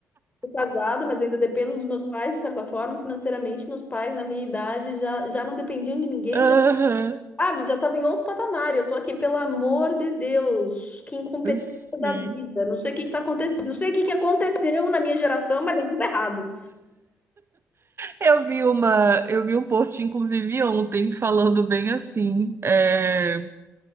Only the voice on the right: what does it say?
Aham,
sim.
Eu vi uma, eu vi um post, inclusive, ontem, falando bem assim. é,